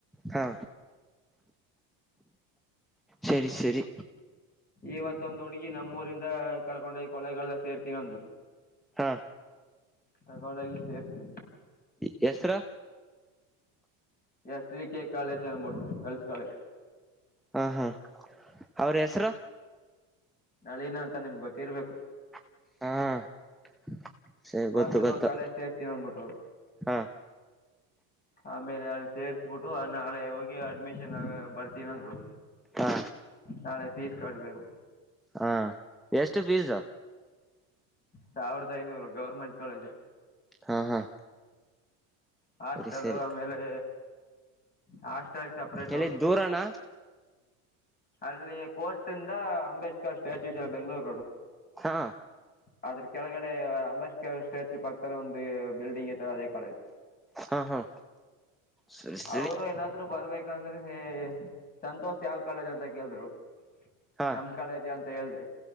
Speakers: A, in the centre; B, on the left.
A: ಹಾ ಸರಿ ಸರಿ
B: ಇವತ್ತೊಂದು ಹುಡುಗಿ ನಮ್ಮೂಊರಿಂದ ಕರ್ಕೊಂಡೋಗಿ ಕೊಲೆಗಳಲ್ಲ ಸೇರ್ತೀನ ಅಂದ್ರು
A: ಹಾ
B: ತಗೊಂಡೋಗಿ ಸೇರ್ತವಿ
A: ಹೆಸರು
B: ಎಸ್ಡಿಕೆ ಕಾಲೇಜ್ ಅನ್ಬಿಟು ಗರ್ಲ್ಸ್ ಕಾಲೇಜ್
A: ಹಾಂ ಹಾಂ ಅವ್ರ್ ಹೆಸ್ರು
B: ನಾಳಿನ ಅಂತ ನಿಮ್ಗೆ ಗೊತ್ತಿರ್ಬೇಕು.
A: ಹಾ ಸರಿ
B: ಬಂದರು
A: ಗೊತ್ತು ಗೊತ್ತು
B: ಕಳಜ್ ಸೇರ್ತೀನ ಅಂದಬಿಟ್ಟು
A: ಹಾ
B: ಹ ಆಮೇಲೆ ಅಲ್ಲಿ ಸೇರಿಸ್ಬಿಟ್ಟು ಆ ನಾಳೆ ಹೋಗಿ ಅಡ್ಮಿಷನ್ ಆಗ ಬರ್ತೀನಂದ್ರು
A: ಹಾ
B: ನಾಳೆ ಪೀಸ್ ಕಟ್ಬೇಕು
A: ಹಾ ಎಷ್ಟು ಫೀಸು
B: ಸಾವಿರದ ಐನೂರು ಗೌರ್ಮೆಂಟ್ ಕಾಲೇಜು
A: ಹಾ ಹಾ
B: ಹಾಸ್ಟೆಲು
A: ಸರಿ ಸರಿ
B: ಆಮೇಲೆ ಹಾಸ್ಟೆಲು ಸಪರೇಟು
A: ಎಲ್ಲಿ ದೂರಣ
B: ಅಲ್ಲಿ ಕೋರ್ಟಿಯಿಂದ ಅಂಬೇಡ್ಕರ್ ಸ್ಟ್ಯಾಚ್ಯುನ ಬೆಂಗ್ಗಳೂರು ರೋಡ್
A: ಹಾ
B: ಆದ್ರ ಕೆಳಗಡೆ ಅಂಬಾಸ್ ಕೆ ಸ್ಟು ಪಾ ಈ ತರ ಒಂದು ಬಿಲ್ಡಿಂಗ್ ತರ ಅದೇ ಕಾಲೇಜ್
A: ಹಾ ಹಾ ಸರಿ ಸರಿ
B: ಅವರು ಏನಾದ್ರು ಬರ್ಬೇಕು ಯಾಕಂದ್ರೆ ಸಂತೋಷ್ ಯಾವ್ ಕಾಲೇಜ್ ಅಂತ ಕೇಳಿದ್ರು
A: ಹಾ
B: ನಮ್ ಕಾಲೇಜು ಅಂತ ಹೇಳ್ದ